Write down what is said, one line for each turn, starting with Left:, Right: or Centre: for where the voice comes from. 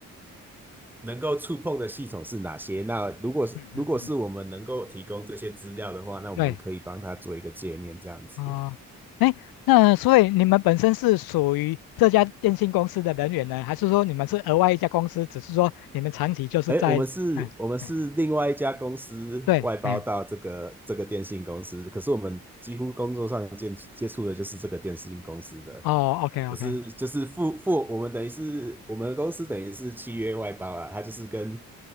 Centre: 能够触碰的系统是哪些？那如果是如果是我们能够提供这些资料的话，
Left: 嗯嗯嗯，
Centre: 那我们可以帮他做一个界面这样子。
Left: 对，哦，哎，那所以你们本身是属于这家电信公司的人员呢，还是说你们是额外一家公司，只是说你们长期就是在，
Centre: 哎，我们是，
Left: 哎哎，
Centre: 我们是另外一家公司外包到这个这个电信公司，
Left: 对，哎。
Centre: 可是我们几乎工作上接接触的就是这个电信公司的，
Left: 哦，OK
Centre: 可是就是付付我们等于是我们公司等于是契约外包啊，
Left: OK，
Centre: 他就是跟